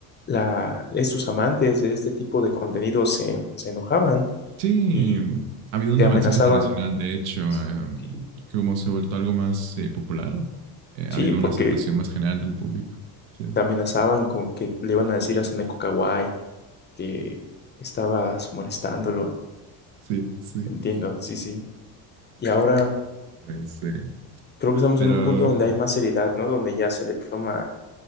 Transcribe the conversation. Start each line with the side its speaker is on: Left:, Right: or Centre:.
Left: la, estos amantes de este tipo de contenido se, se enojaban
Right: Sí,
Left: y
Right: ha habido un
Left: te
Right: avance
Left: amenazaban.
Right: generacional, de hecho, eh,
Left: Sí, sí,
Right: como se ha vuelto algo más eh, popular, eh,
Left: sí,
Right: ha habido
Left: porque
Right: una aceptación más general del público, ¿cierto?
Left: te amenazaban con que le iban a decir a su neko kawaii que estabas molestándolo
Right: Sí, sí.
Left: Entiendo, sí, sí. Y ahora
Right: Pues, eh,
Left: creo que estamos
Right: pero,
Left: en un punto donde hay más seriedad, ¿no? Donde ya se le toma